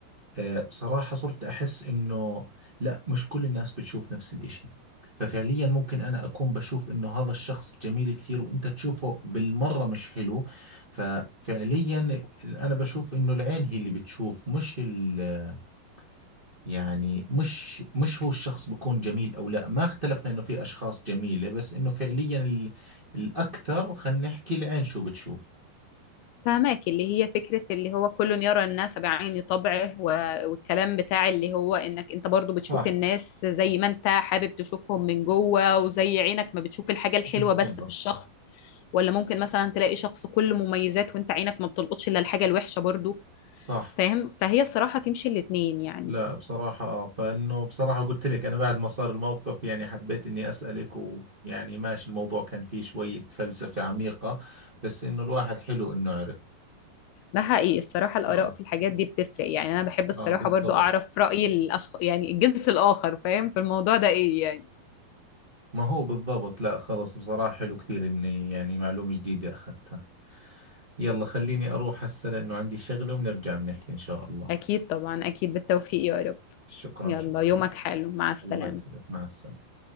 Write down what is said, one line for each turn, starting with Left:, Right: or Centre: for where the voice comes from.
Right: آه، بصراحة صرت أحس إنه لا مش كل الناس بتشوف نفس الإشي ففعليا ممكن أنا أكون بشوف إنه هذا الشخص جميل كثير وأنت تشوفه بالمرة مش حلو ففعليا أنا بشوف إنه العين هي اللي بتشوف مش ال يعني مش مش هو الشخص بكون جميل أو لا ما اختلفنا إنه في أشخاص جميلة بس إنه فعليا ال الأكثر خلينا نحكي العين شو بتشوف
Left: فهماك اللي هي فكرة اللي هو كل يرى الناس بعين طبعه و- والكلام بتاع اللي هو انك انت برضو بتشوف
Right: صح
Left: الناس زي ما انت حابب تشوفهم من جوه وزي عينك ما بتشوف الحاجة الحلوة
Right: بالضبط
Left: بس في الشخص ولا ممكن مثلا تلاقي شخص كله مميزات وانت عينك ما بتلقطش الا الحاجة الوحشة برضو
Right: صح
Left: فاهم فهي الصراحة تمشي الاتنين يعني
Right: لا بصراحة آه فإنه بصراحة قلت لك أنا بعد ما صار الموقف يعني حبيت إني أسألك ويعني ماشي الموضوع كان فيه شوية فلسفة عميقة بس إنه الواحد حلو إنه عرف
Left: ده حقيقي الصراحة الآراء
Right: آه
Left: في الحاجات دي بتفرق يعني أنا بحب الصراحة
Right: آه بالضبط
Left: برضو أعرف رأي الأشخاص يعني الجنس الآخر فاهم في الموضوع ده إيه يعني
Right: ما هو بالضبط لا خلص بصراحة حلو كثير إني يعني معلومة جديدة أخذتها يلا خليني أروح هسه لأنه عندي شغلة وبنرجع بنحكي إن شاء الله
Left: أكيد طبعا أكيد بالتوفيق يا رب
Right: شكرا
Left: يلا
Right: شكرا
Left: يومك حلو مع السلامة
Right: الله يسعدك مع السلامة